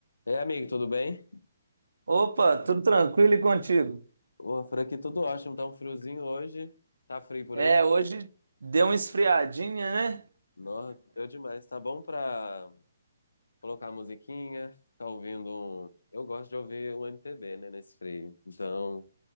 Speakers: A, on the left; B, on the right.
A: É, amigo, tudo bem?
B: Opa, tudo tranquilo e contigo?
A: Ô, Por aqui tudo ótimo, tá um friozinho hoje. Tá frio por
B: É,
A: aí?
B: hoje deu uma esfriadinha, né?
A: Nossa, deu demais. Tá bom pra colocar a musiquinha, ficar ouvindo um... Eu gosto de ouvir um MPB, né, nesse frio. Então,